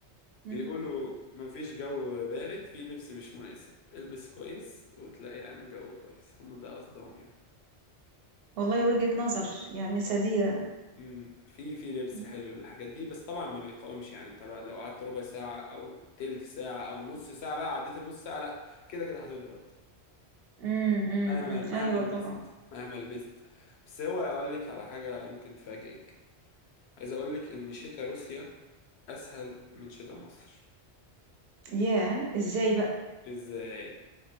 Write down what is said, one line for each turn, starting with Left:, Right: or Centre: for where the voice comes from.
Right: مم.
Left: بيقولوا مفيش جو بارد في لبس مش مناسب البس كويس وتلاقي يعني الجو كويس هم ده قصدهم يعني
Right: والله وجهة نظر يعني سديدة
Left: امم في في لبس
Right: مم.
Left: حلو للحاجات دي بس طبعا ما بيقاومش يعني انت بقى لو قعدت ربع ساعة او تلت ساعة او نص ساعة بقى عديت النص ساعة لا كده كده هتبرد
Right: مم. مم.
Left: مهما
Right: مم.
Left: مهما
Right: أيوه
Left: لبست
Right: طبعا
Left: مهما لبست بس هو اقول لك على حاجة ممكن تفاجئك عايز اقول لك ان شتاء روسيا اسهل من شتاء مصر
Right: ياه إزاي بقى
Left: ازاي